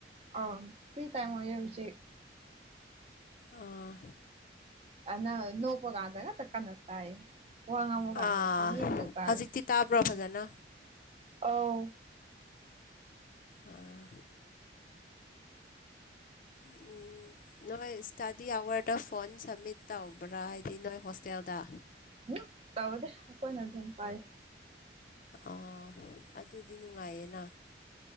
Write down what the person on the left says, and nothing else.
ꯑꯥ
ꯑꯥ
ꯍꯧꯖꯤꯛꯇꯤ ꯇꯥꯕ꯭ꯔꯣ ꯐꯖꯅ
ꯑꯥ
ꯎꯝ ꯅꯣꯏ ꯏꯁꯇꯥꯗꯤ ꯑꯋꯥꯔꯗ ꯐꯣꯟ ꯁꯃꯤꯠ ꯇꯧꯕ꯭ꯔꯥ ꯍꯥꯏꯗꯤ ꯅꯣꯏ ꯍꯣꯁꯇꯦꯜꯗ
ꯑꯥ ꯑꯗꯨꯗꯤ ꯅꯨꯡꯉꯥꯏꯌꯦꯅ